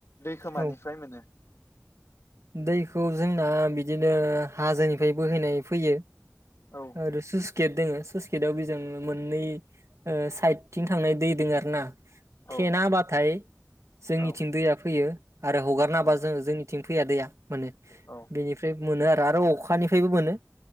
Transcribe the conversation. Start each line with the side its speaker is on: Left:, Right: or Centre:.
Left: दैखो
Right: औ
Left: मानिफ्राय मोनो?
Right: दैखौ जोंना बिदिनो हाजोनिफ्राय बोहैनाय फैयो।
Left: औ
Right: आरो सुस गेट दोङो सुस गेटआव बेजों मोननै ओ साइदथिं थांनाय दै दोङो आरोना। थेेना
Left: औ
Right: होबाथाय जोंनिथिं
Left: औ
Right: दैया फैयो। आरो हगारनाबा
Left: औ
Right: जों जोंनि निथिं फैया दैया माने
Left: औ
Right: बेनिफ्राय मोनो आरो आरो अखानिफ्रायबो मोनो।